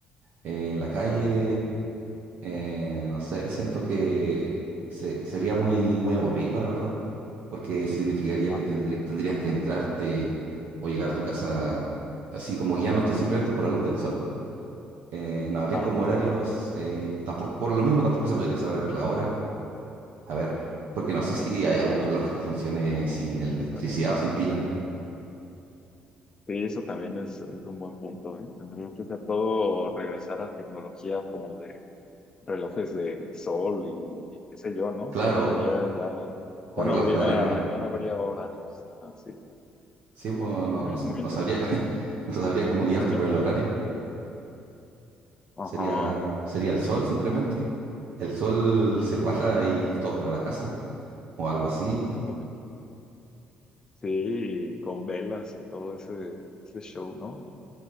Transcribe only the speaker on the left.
Ajá,
ajá.
Sí,
<laughs>
Sí, eso también es, es un buen punto, ¿eh? Tendría que ser todo regresar a tecnología como de relojes de sol y, y qué sé yo, ¿no?
Se volvería ya, ya
no
hubiera,
ya no habría horarios. Ajá, sí.
Mm,
muy
interesante.
<laughs>
Ajá.
<laughs>
Sí, con velas y todo ese, ese show, ¿no?